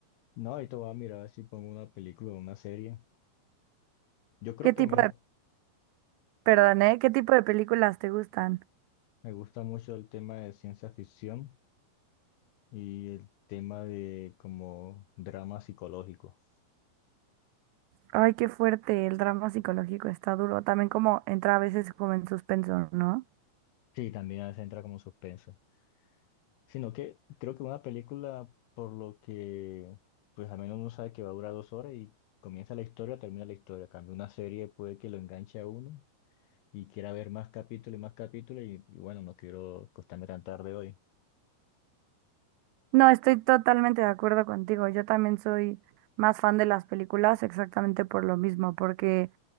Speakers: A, on the left (about 75°); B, on the right (about 85°).
A: No, ahorita voy a mirar si pongo una película o una serie. Yo creo
B: ¿Qué
A: que
B: tipo
A: mejor,
B: de Perdón, ¿eh? ¿Qué tipo de películas te gustan?
A: me gusta mucho el tema de ciencia ficción y el tema de como drama psicológico.
B: Ay, qué fuerte, el drama psicológico está duro. También como entra a veces como en suspenso, ¿no?
A: Sí, también a veces entra como suspenso. Sino que creo que una película, por lo que, pues al menos uno sabe que va a durar dos horas y comienza la historia, termina la historia. Cambio una serie puede que lo enganche a uno y quiera ver más capítulos y más capítulos y, y bueno, no quiero acostarme tan tarde hoy.
B: No, estoy totalmente de acuerdo contigo. Yo también soy más fan de las películas exactamente por lo mismo, porque